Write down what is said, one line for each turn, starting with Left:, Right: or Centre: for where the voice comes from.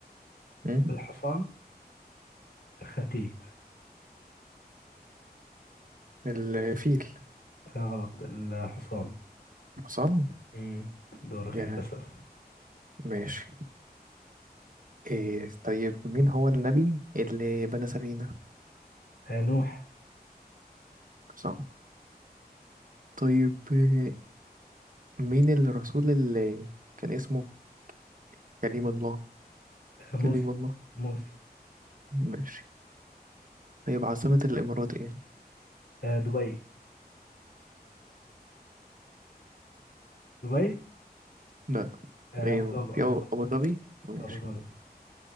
Right: مم.
Left: الحصان الخرتيت
Right: الفيل
Left: لا غلط الحصان
Right: حصان
Left: مم. دورك
Right: يا
Left: انت اسال
Right: ماشي إيه طيب مين هو النبي اللي بنى سفينة
Left: آه نوح
Right: صح طيب إيه، مين الرسول اللي كان اسمه كريم الله
Left: آه موسى
Right: كريم الله
Left: موسى
Right: ماشي طيب عاصمة الإمارات إيه
Left: آه دبي دبي
Right: لا
Left: آه
Right: ايه
Left: ابو ظبي
Right: في
Left: ابو
Right: أبو
Left: ظبي
Right: أبو ظبي ماشي
Left: ابو ظبي